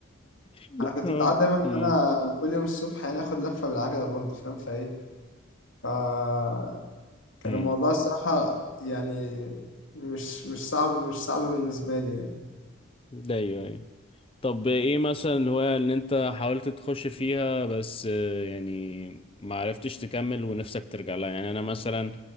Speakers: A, on the left; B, on the left.
A: <laughs>
B: انا كنت
A: اه
B: متعود دايما ان
A: مم.
B: انا كل يوم الصبح يعني اخد لفة بالعجلة برضه فاهم فايه فكان
A: مم.
B: الموضوع الصراحة يعني مش مش صعب مش صعب بالنسبة لي يعني
A: ايوه ايوه طب ايه مثلا الهواية اللي انت حاولت تخش فيها بس آه، يعني ما عرفتش تكمل ونفسك ترجع لها يعني انا مثلا